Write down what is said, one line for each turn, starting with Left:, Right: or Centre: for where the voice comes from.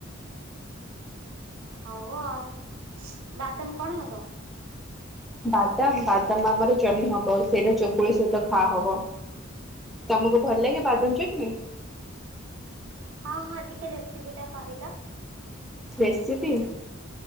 Right: ହଉ ଅଉ। ବାଦାମ୍ କଣ ହବ?
Centre: ବାଦାମ୍ ବାଦାମ୍ ଆମର ଚନି ହବ ସେଇଟା ଚକୁଳି ସହିତ ଖା ହବ। ତମୁକୁ ଭଲ ଲାଗେ ବାଦାମ୍ ଚଟନୀ?
Right: ହଁ ହଁ ଟିକେ ରେସିପିଟା କହିଲ।
Centre: ରେସିପି।